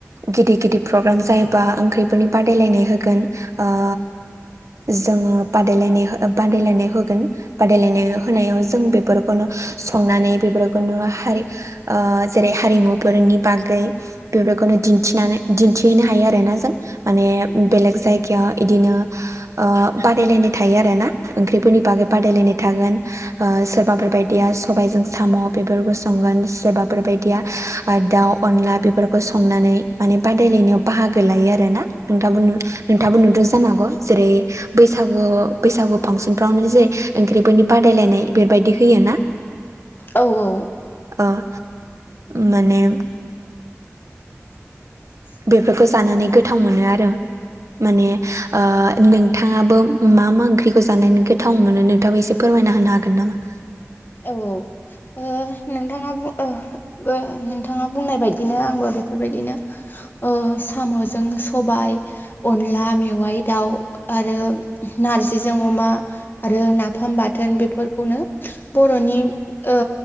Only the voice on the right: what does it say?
गिदिर गिदिर प्रग्राम जायोबा ओंख्रिफोरनि बादायलायनाय होगोन। ओ जोङो बादायलायनाय हो ओ बादायलायनाय होगोन बादायलायनाय होनायाव जों बेफोरखौनो संनानै बेफोरखौनो हारि ओ जेरै हारिमुफोरनि बागै बेफोरखौनो दिन्थिनानै हैनो हायो आरोना जों। माने बेलेग जायगायाव इदिनो ओ बादायलायनाय थायो आरोना ओंख्रिफोरनि बागै बादायलायनाय थागोन। ओ सोरबाफोर बायदिया सबायजों साम' बेफोरखौ संगोन सोरबाफोर बायदिया आ दाउ अनला बेफोरखौ संनानै माने बादायलायनायाव बाहागो लायो आरोना। नोंथांङाबो नु नोंथांङाबो नुदो जानो हागौ? जेरै बैसागु बैसागु फांसनफ्रावनो जेरै ओंख्रिफोरनि बादायलायनाय इफोरबायदि होयोना।
अह माने
बेफोरखौ जानानै गोथाव मोनो आरो। माने ओ नोंथाङाबो मा मा ओंख्रिखौ जानानै गोथाव मोनो नोंथाङाबो एसे फोरमायना होनो हागोन नामा?